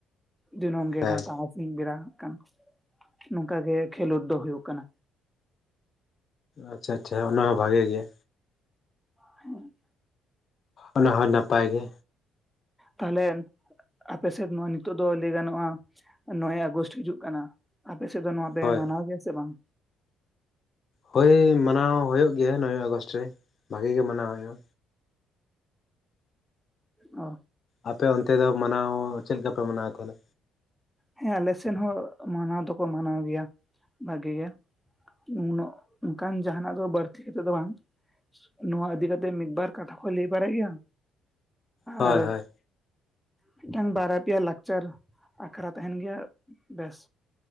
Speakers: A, in the centre; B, on the left.
A: ᱫᱤᱱᱟᱹᱢ ᱜᱮᱜᱟ‌
B: ᱦᱮᱸ
A: ᱛᱟᱨᱟ ᱥᱤᱧ ᱵᱮᱲᱟ ᱟᱜᱠᱟᱱ ᱱᱚᱝᱠᱟ ᱜᱮ ᱠᱷᱮᱞᱳᱰ ᱫᱚ ᱦᱩᱭᱩᱜ ᱠᱟᱱᱟ
B: ᱟᱪᱪᱷᱟ ᱟᱪᱪᱷᱟ ᱚᱱᱟ ᱦᱚᱸ ᱵᱷᱟᱜᱮ ᱜᱮᱭᱟ
A: ᱦᱮᱸ
B: ᱚᱱᱟ ᱦᱚᱸ ᱱᱟᱯᱟᱭ ᱜᱮ
A: ᱛᱟᱦᱞᱮ ᱟᱯᱮᱥᱮᱫ ᱱᱚᱣᱟ ᱱᱤᱛᱚᱜ ᱫᱚ ᱞᱟᱹᱭ ᱜᱟᱱᱚᱜᱼᱟ ᱱᱚᱭᱮ ᱟᱜᱚᱥᱴ ᱦᱤᱡᱩᱜ ᱠᱟᱱᱟ ᱟᱯᱮ ᱥᱮᱫ ᱫᱚ ᱱᱚᱣᱟ ᱯᱮ
B: ᱦᱳᱭ
A: ᱢᱟᱱᱟᱣ ᱜᱮᱭᱟ ᱥᱮ ᱵᱟᱝ
B: ᱦᱳᱭ ᱢᱟᱱᱟᱣ ᱦᱩᱭᱩᱜ ᱜᱮᱭᱟ ᱱᱚᱭᱮ ᱟᱜᱚᱥᱴ ᱨᱮ ᱵᱷᱟᱜᱮ ᱜᱮ ᱢᱟᱱᱟᱣ ᱦᱩᱭᱩᱜᱼᱟ
A: ᱚ
B: ᱟᱯᱮ ᱚᱱᱛᱮ ᱫᱚ ᱢᱟᱱᱟᱣ ᱪᱮᱫ ᱞᱮᱠᱟ ᱯᱮ ᱢᱟᱱᱟᱣ ᱛᱟᱦᱮᱫᱼᱟ
A: ᱦᱮᱸ ᱟᱞᱮᱥᱮᱱ ᱦᱚᱸ ᱢᱟᱱᱟᱣ ᱫᱚᱠᱚ ᱢᱟᱱᱟᱣ ᱜᱮᱭᱟ ᱵᱷᱟᱜᱮ ᱜᱮ ᱩᱱᱟᱹᱜ ᱚᱱᱠᱟᱱ ᱡᱟᱦᱱᱟᱜ ᱫᱚ ᱵᱟᱹᱲᱛᱤ ᱛᱮᱫᱚ ᱵᱟᱝ ᱱᱚᱣᱟ ᱤᱫᱤ ᱠᱟᱛᱮᱜ ᱢᱤᱫ ᱵᱟᱨ ᱠᱟᱛᱷᱟ ᱠᱚ ᱞᱟᱹᱭ ᱵᱟᱲᱟᱭ ᱜᱮᱭᱟ
B: ᱦᱳᱭ
A: ᱟᱨ
B: ᱦᱳᱭ
A: ᱢᱤᱫ ᱴᱟᱝ ᱵᱟᱨᱭᱟ ᱯᱮᱭᱟ ᱞᱟᱠᱪᱟᱨ ᱟᱠᱷᱨᱟ ᱛᱟᱦᱮᱱ ᱜᱮᱭᱟ ᱵᱮᱥ